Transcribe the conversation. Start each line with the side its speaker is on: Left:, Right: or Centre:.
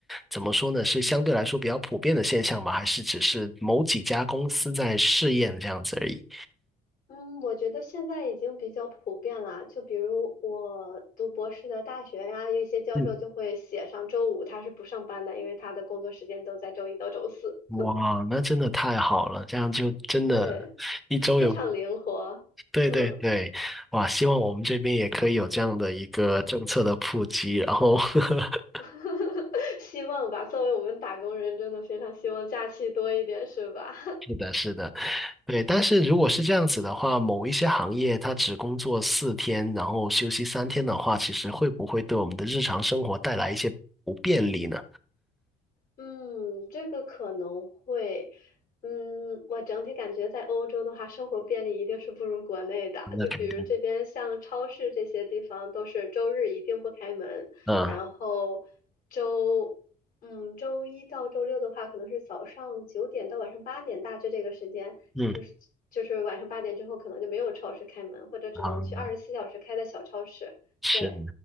Centre: 怎么说呢？是相对来说比较普遍的现象吗？还是只是某几家公司在试验这样子而已？
Left: 嗯，我觉得现在已经比较普遍了。就比如我读博士的大学呀，有一些教授就会写上周五他是不上班的，
Centre: 嗯，
Left: 因为他的工作时间都在周一到周四。
Centre: 哇，那真的太好了！这样就真的，
Left: 对，
Centre: 一周有
Left: 非常灵活。
Centre: 对对对，
Left: 嗯。
Centre: 哇！希望我们这边也可以有这样的一个政策的普及。然后，<laughs>
Left: <laughs> 希望吧，作为我们打工人，真的非常希望假期多一点，是吧？
Centre: 是的，是的，对。但是如果是这样子的话，某一些行业它只工作四天，然后休息三天的话，其实会不会对我们的日常生活带来一些不便利呢？
Left: 嗯，这个可能会，嗯，我整体感觉在欧洲的话，生活便利一定是不如国内的。
Centre: 那肯定，
Left: 就比如这边像超市这些地方，都是周日一定不开门，
Centre: 嗯
Left: 然后周，嗯，周一到周六的话，可能是早上九点到晚上八点，大致这个时间是，
Centre: 嗯，
Left: 就是晚上八点之后可能就没有超市开门，或者只能去二十四小时开的小超市。
Centre: 啊，是
Left: 对。